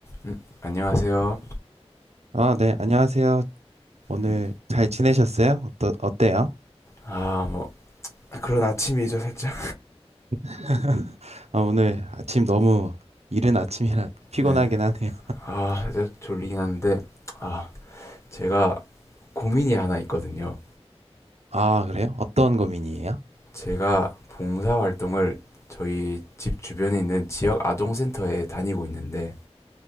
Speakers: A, on the left; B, on the right.
A: 음, 안녕하세요.
B: 아, 네, 안녕하세요. 오늘
A: 음,
B: 잘 지내셨어요? 어떠, 어때요?
A: 아, 뭐, 그런 아침이죠, 살짝.
B: <laughs> 아, 오늘 아침 너무 이른 아침이라 피곤하긴
A: 네.
B: 하네요.
A: 아, 이제 졸리긴 한데, 아, 제가 고민이 하나 있거든요.
B: 아, 그래요? 어떤 고민이에요?
A: 제가 봉사활동을 저희 집 주변에 있는 지역 아동센터에 다니고 있는데,